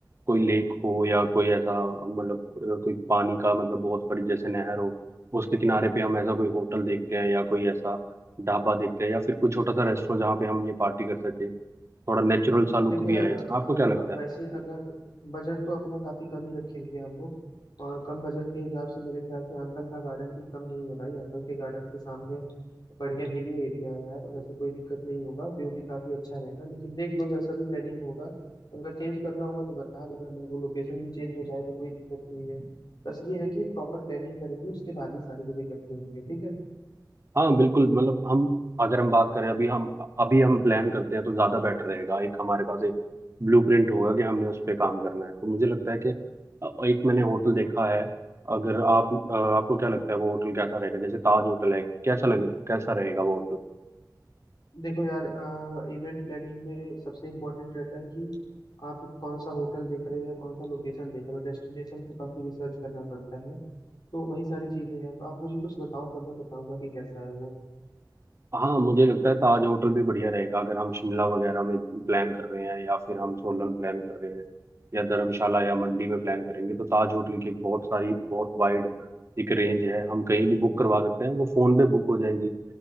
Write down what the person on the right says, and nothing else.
कोई लेक हो या कोई ऐसा मतलब अ, कोई पानी का मतलब बहुत बड़ी जैसे नहर हो उसके किनारे पे हम ऐसा कोई होटल देखते हैं या कोई ऐसा ढाबा देखते हैं या फिर कोई छोटा सा रेस्टोरेंट जहाँ पे हम ये पार्टी कर सके थोड़ा नेचुरल सा लुक
भी
आएगा
आपको क्या लगता है
हाँ बिल्कुल मतलब हम अगर हम बात करें अभी हम अभी हम प्लान करते हैं तो ज़्यादा बेटर रहेगा एक हमारे पास एक ब्लूप्रिंट होगा कि हमने उस पे काम करना है तो मुझे लगता है कि अ, एक मैंने होटल देखा है अगर आप अ, आपको क्या लगता है वो होटल कैसा रहेगा जैसे ताज होटल है कैसा लगे कैसा रहेगा वो होटल
हाँ मुझे लगता है ताज होटल भी बढ़िया रहेगा अगर हम शिमला वगैरह में प्लान कर रहे हैं या फिर हम सोलन प्लान कर रहे हैं या धर्मशाला या मंडी में प्लान करेंगे तो ताज होटल की एक बहुत सारी बहुत वाइड एक रेंज है हम कहीं भी बुक करवा सकते हैं वो फ़ोन पे बुक हो जाएगी